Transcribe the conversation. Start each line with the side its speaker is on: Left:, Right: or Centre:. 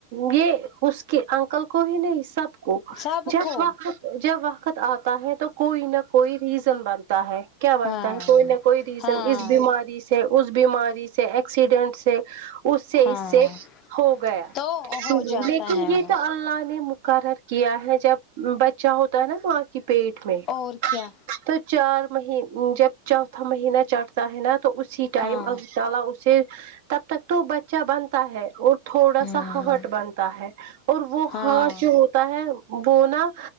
Right: یہ اس کے انکل کو ہی نہیں سب کو
Left: سب
Right: جب
Left: کو
Right: وقت جب وقت آتا ہے تو کوئی نہ کوئی ریزن بنتا ہے کیا بنتا
Left: ہاں
Right: ہے کوئی نہ کوئی ریزن
Left: ہاں
Right: اس بیماری سے اس بیماری سے ایکسیڈنٹ سے اس سے
Left: ہاں
Right: اس سے ہو گیا
Left: تو ہو جاتا
Right: لیکن
Left: ہے
Right: یہ
Left: وہ
Right: تو اللہ نے م قرر کیا ہے جب بچہ ہوتا ہے نا ماں کی پیٹ میں
Left: اور کیا
Right: تو چار مہ جب چوتھا مہینہ چڑھتا ہے نا تو اس اسی ٹائم
Left: ہاں
Right: اللہ تعالی اسے تب تک تو بچہ بنتا ہے اور تھوڑا
Left: ہوں
Right: سا ہارٹ بنتا ہے اور وہ
Left: ہاں
Right: ہارٹ جو ہو تا ہے وہ نا